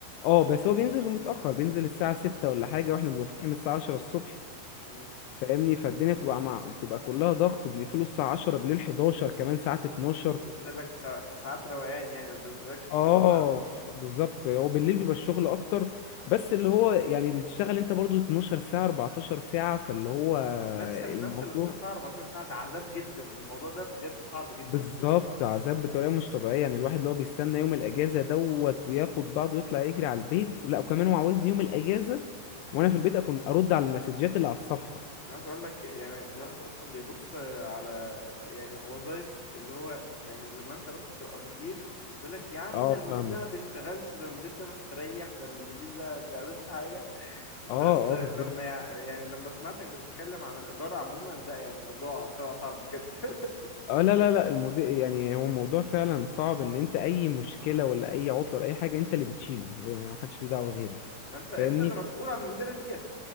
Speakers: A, on the left; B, on the left.
A: اه بس هو بينزل متأخر بينزل الساعة ستة ولا حاجة واحنا بنبقى فاتحين من الساعة عشرة الصبح
B: امم
A: فاهمني فالدنيا بتبقى مع بتبقى كلها ضغط وبنقفله الساعة عشرة بالليل حداشر كمان ساعات اتناشر
B: بينزل لك في سا- في ساعات روقان يعني ما بينزلكش في
A: اه
B: المعمعة
A: ف- بالظبط هو بالليل بيبقى الشغل اكتر بس اللي هو يعني بتشتغل انت برضو 12 ساعة 14 ساعة فاللي هو
B: نفس ال
A: الموضوع
B: نفس ال 12 ساعة 14 ساعة ده عذاب جدا الموضوع ده بجد صعب جدا
A: بالظبط عذاب بطريقة مش طبيعية يعني الواحد اللي هو بيستنى يوم الاجازة دوت وياخد بعضه ويطلع يجري على البيت ولا وكمان هو عاوزني يوم الاجازة وانا في البيت اكون ارد على المسجات اللي على الصفحة
B: انا عايز اقول لك يعني الواحد اصلا بيبص على يعني وظائف اللي هو يعني لما انت مثلا تبقى مدير يقول لك يا عم
A: اه
B: ده المدير
A: فاهمك
B: ده ما بيشتغلش ده المدير ده مستريح ده المدير ده ما بيعملش حاجه بس
A: اه
B: لما
A: اه بالظبط
B: يع- يعني لما سمعتك بتتكلم عن الاداره عموما ده يعني موضوع طلع صعب بجد <laughs>
A: اه لا لا لا الموضوع يعني هو الموضوع فعلا صعب ان انت اي مشكلة ولا اي عطلة ولا اي حاجة انت اللي بتشيله ما حدش ليه
B: اه
A: دعوة غيرك
B: ما انت انت
A: فاهمني
B: اللي مسؤول عن الليله ديت